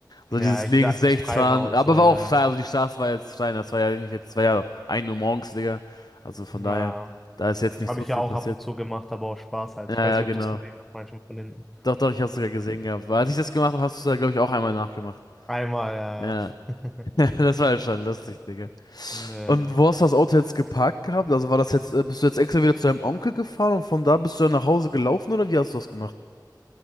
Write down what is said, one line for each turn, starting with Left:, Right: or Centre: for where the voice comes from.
Centre: Ja,
Left: So dieses
Centre: ich
Left: links,
Centre: sagte,
Left: rechts
Centre: dass frei
Left: fahren.
Centre: war und
Left: Aber
Centre: so.
Left: war
Centre: Ja.
Left: auch steil, also die Straße war jetzt steil. Das war ja nicht jetzt, war ja ein Uhr morgens, Digga. Also von
Centre: Ja,
Left: daher, da ist jetzt nicht
Centre: habe
Left: so
Centre: ich
Left: viel
Centre: ja auch
Left: passiert.
Centre: ab und zu gemacht, aber auch Spaß halt.
Left: Ja,
Centre: Ich weiß nicht,
Left: ja, genau.
Centre: ob du es gesehen hast, manchmal von hinten.
Left: Doch, doch, ich hab's sogar gesehen gehabt. Weil als ich das gemacht habe, hast du es, glaube ich, auch einmal nachgemacht.
Centre: Einmal, ja.
Left: Ja. <laughs>
Centre: <laughs>
Left: Das war halt schon lustig, Digga.
Centre: Nee.
Left: Und wo hast du das Auto jetzt geparkt gehabt? Also war das jetzt, äh, bist du jetzt extra wieder zu deinem Onkel gefahren und von da bist du dann nach Hause gelaufen oder wie hast du das gemacht?